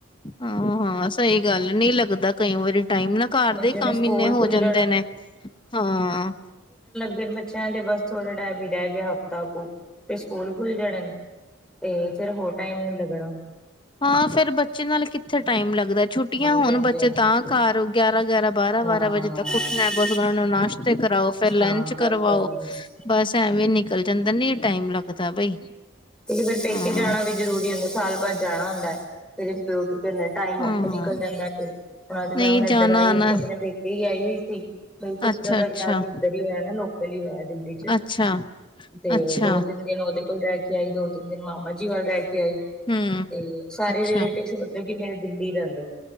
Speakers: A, on the left (about 25°); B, in the centre.
A: ਆਹ, ਹਾਂ, ਸਹੀ ਗੱਲ ਐ। ਨਈ ਲੱ ਲੱਗਦਾ ਕਈ ਵਾਰੀ ਟਾਈਮ ਨਾ, ਘਰ ਦੇ
B: ਜਿਵੇਂ
A: ਕੰਮ
B: ਸਕੂਲ
A: ਇੰਨੇ ਹੋ
B: ਖੁੱਲਣ
A: ਜਾਂਦੇ ਨੇ। ਹਾਂ
B: ਫਿਰ ਬੱਚਿਆਂ ਦੇ ਬਸ ਥੋੜਾ ਟਾਈਮ ਹੀ ਰਹਿ ਗਿਆ, ਹਫ਼ਤਾ ਕੂ ਤੇ ਸਕੂਲ ਖੁੱਲ ਜਾਣੇ ਈ। ਤੇ ਫਿਰ ਹੋਰ ਟਾਈਮ ਨਹੀਂ ਲੱਗਣਾ।
A: ਹਾਂ ਫਿਰ ਬੱਚੇ ਨਾਲ ਕਿੱਥੇ ਟਾਈਮ ਲੱਗਦਾ ਛੁੱਟੀਆਂ
B: ਹਾਂਜੀ
A: ਹੋਣ
B: ਹਾਂਜੀ
A: ਬੱਚੇ
B: ਹਾਂਜੀ
A: ਤਾਂ
B: ਹਾਂਜੀ
A: ਘਰ ਗਿਆਰਾਂ। ਗਿਆਰਾਂ ਬਾਰਾਂ
B: ਹਾਂ
A: ਬਾਰਾਂ ਵਜੇ ਤੱਕ ਉੱਠਣਾ। ਬਸ ਉਹਨਾਂ ਨੂੰ ਨਾਸ਼ਤੇ ਕਰਾਓ। ਫਿਰ ਲੰਚ
B: ਹਾਂ
A: ਕਰਵਾਓ।
B: ਬਸ ਬਸ ਬਸ
A: ਬਸ ਐਵੇਂ। ਐਵੀਂ ਨਿਕਲ ਜਾਂਦਾ ਨਹੀਂ। ਟਾਈਮ ਲੱਗਦਾ ਬਈ
B: ਠੀਕ ਫਿਰ ਪੇਕੇ
A: ਹਾਂ
B: ਜਾਣਾ ਵੀ ਜਰੂਰੀ ਹੁੰਦਾ ਸਾਲ ਬਾਅਦ। ਜਾਣਾ ਹੁੰਦਾ ਹੈ। ਮੇਰੇ ਪਿਓ? ਕਿੰਨਾ ਟਾਈਮ ਉੱਥੇ
A: ਹਾਂ
B: ਨਿਕਲ ਜਾਂਦਾ ਫਿਰ ਹੁਣ ਅੱਜ
A: ਨਹੀਂ
B: ਮੈਂ ਹੁਣ ਏਧਰ
A: ਜਾਣਾ
B: ਆਈ
A: ਆਣਾ
B: ਸੀ ਆਪਣੇ ਪੇਕੇ ਹੀ ਆਈ ਹੋਈ ਸੀ। ਮੇਰੀ ਸਿਸਟਰ
A: ਅੱਛਾ
B: ਦਾ
A: ਅੱਛਾ
B: ਵਿਆਹ ਵੀ ਇੱਧਰ ਹੀ ਹੋਇਆ ਨਾ ਲੋਕਲ ਹੀ ਹੋਇਆ ਹੈ। ਦਿੱਲੀ 'ਚ
A: ਅੱਛਾ
B: ਤੇ
A: ਅੱਛਾ
B: ਦੋ ਤਿੰਨ ਦਿਨ। ਮੈਂ ਉਹਦੇ ਕੋਲ ਰਹਿ ਕੇ ਆਈ ਦੋ ਤਿੰਨ ਦਿਨ ਮਾਮਾ ਜੀ ਵੱਲ ਰਹੇ। ਕੇ ਆਈਂ
A: ਹਮ
B: ਤੇ ਸਾਰੇ
A: ਅੱਛਾ
B: ਰਿਲੇਟਿਵ ਮਤਲਬ ਕਿ ਮੇਰੇ ਦਿੱਲੀ ਰਹਿੰਦੇ।